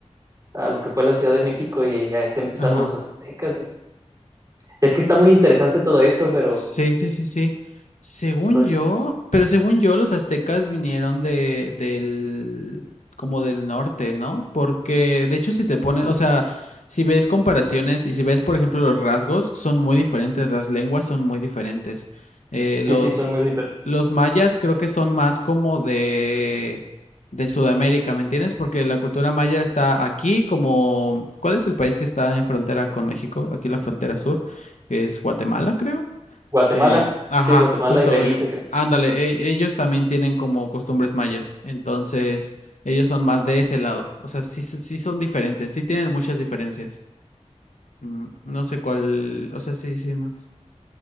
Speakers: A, on the right; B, on the left.
A: a lo que fue la Ciudad de México y ahí ahí se empezaron
B: ajá.
A: los aztecas. Es que está muy interesante todo eso, pero
B: Sí, sí, sí, sí. Según
A: soy,
B: yo, pero según yo, los aztecas vinieron de, del, como del norte, ¿no? Porque, de hecho, si te pones, o sea, si ves comparaciones y si ves, por ejemplo, los rasgos, son muy diferentes, las lenguas son muy diferentes. Eh, los,
A: sí, sí, son muy diferentes.
B: los mayas creo que son más como de, de Sudamérica, ¿me entiendes? Porque la cultura maya está aquí como, ¿cuál es el país que está en frontera con México? Aquí la frontera sur, que es Guatemala, creo.
A: Guatemala,
B: Eh, ajá,
A: sí, Guatemala
B: justo,
A: y Belice,
B: eh,
A: creo.
B: ándale, e- ellos también tienen como costumbres mayas, entonces ellos son más de ese lado, o sea, sí, sí sí son diferentes, sí tienen muchas diferencias. Mm, No sé cuál, o sea, sí, sí, no.